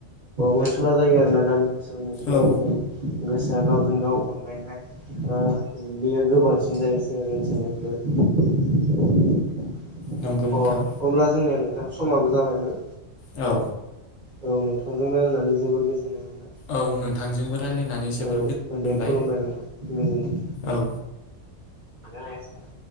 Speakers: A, on the right; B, on the left.
A: अनसुला जायो आरो ना गामि ओनसोलनि सुबुंफोरनि
B: औ
A: गोसोआ गावजों गाव अनलायनाय ओ बेयो गोबांसिन जायो सोहोर ओनसोलनिफ्राय <unintelligible>
B: नंगौ
A: अ
B: नोंथां
A: अब्ला जोंनिया नोंथां समाबो जाबायमोन
B: औ
A: औ नोंथांजों रायलायनानै जोबोर गोजोननाय मोनदों
B: औ नोंथांजोंबो रायज्लायनानै जोबोर
A: औ
B: गोजोन मोनबाय
A: दे खुलुमबाय नोंथां गोजोनथों
B: औ
A: लायगासिनो